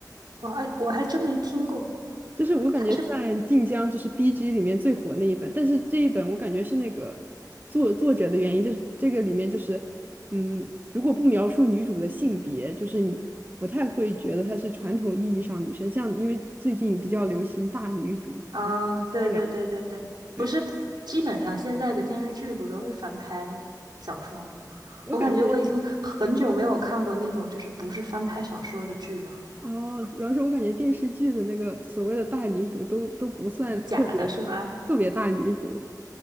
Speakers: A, on the right; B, on the right.
A: 我还我还真没听过。
B: 就是我感觉算晋江就是
A: 他是。
B: BG 里面最火那一本，但是这一本我感觉是那个作作者的原因，就是这个里面就是，嗯，如果不描述女主的性别，就是你不太会觉得她是传统意义上女生，像因为最近比较流行大女主啊，
A: 啊，对对对对对，
B: 一两，对，
A: 不是，基本上现在的电视剧不都是翻拍小说吗？
B: 我感觉
A: 我感觉我已经很久没有看过那种就是不是翻拍小说的剧了，
B: 哦，主要是我感觉电视剧的那个所谓的大女主都都不算特别
A: 假的是吧？
B: 特别大女主，